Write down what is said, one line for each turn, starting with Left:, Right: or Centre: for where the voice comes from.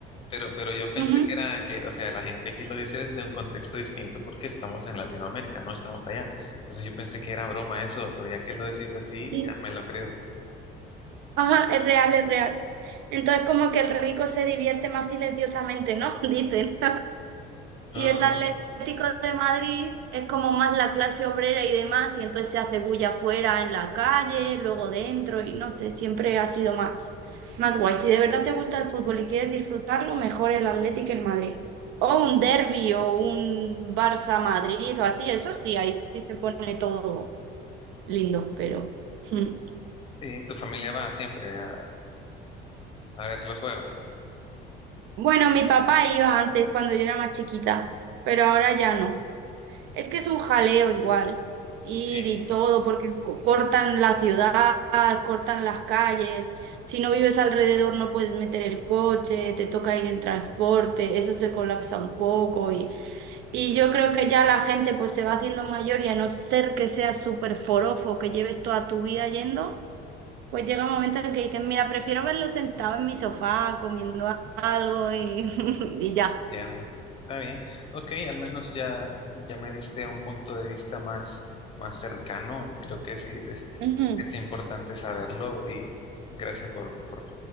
Left: Pero, pero yo pensé
Right: ujú,
Left: que era que, o sea, la gente aquí lo dice desde un contexto distinto porque estamos en Latinoamérica, no estamos allá. Entonces yo pensé que era broma eso, pero ya que lo decís así,
Right: y-
Left: ya me lo creo.
Right: Ajá, es real, es real. Entonces como que el rico se divierte más silenciosamente, ¿no? <laughs> Dicen.
Left: No,
Right: Y el
Left: no.
Right: Atlético de Madrid es como más la clase obrera y demás, y entonces se hace bulla afuera en la calle, luego dentro, y no sé, siempre ha sido más, más guay. Si de verdad te gusta el fútbol y quieres disfrutarlo, mejor el Atlético que el Madrid. O un derbi o un Barça-Madrid o así, eso sí, ahí sí se pone todo lindo, pero... mm.
Left: Sí, tu familia va siempre a, a ver los juegos.
Right: Bueno, mi papá iba antes cuando yo era más chiquita, pero ahora ya no. Es que es un jaleo igual, ir
Left: Sí,
Right: y todo, porque co- cortan la ciudad, cortan las calles, si no vives alrededor no puedes meter el coche, te toca ir en transporte, eso se colapsa un poco y, y yo creo que ya la gente pues se va haciendo mayor y a no ser que seas súper forofo, que lleves toda tu vida yendo, pues llega un momento en que dicen, mira, prefiero verlo sentado en mi sofá comiendo a- algo y, <laughs> y ya.
Left: entiendo. Está bien. Ok, al menos ya, ya me diste un punto de vista más, más cercano y creo que sí, es, es-
Right: Ujú,
Left: es importante saberlo y gracias por, por,